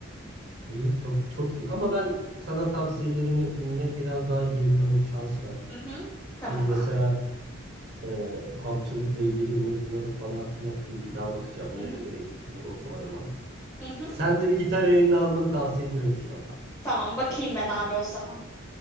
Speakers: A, on the right; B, on the left.
A: İyi, çok çok iyi. Ama ben sana tavsiyelerimi dinle, biraz daha geri dön, şans ver.
B: Hı hı. Tamam
A: Şimdi mesela
B: abi.
A: e, bu kampçılıkla ilgili mevzuları bana hatırlattın. Bir daha bakacağım
B: Hı
A: nerelere
B: hı.
A: gittiğimi, rotalarıma.
B: Hı hı.
A: Sen de bir gitarı eline almanı tavsiye ediyorum şu an.
B: Tamam bakayım ben abi o zaman.